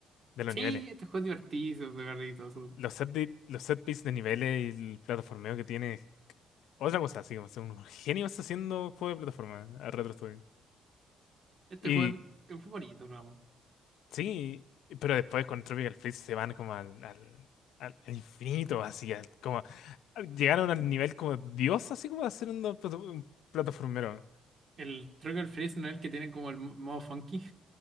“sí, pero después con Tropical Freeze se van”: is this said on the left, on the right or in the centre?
Left